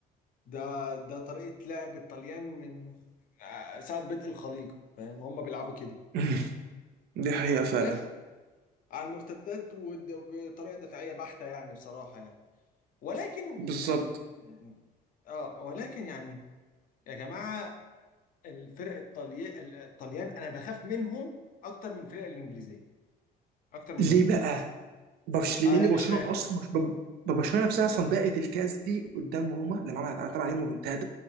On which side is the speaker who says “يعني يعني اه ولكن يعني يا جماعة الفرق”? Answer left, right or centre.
Left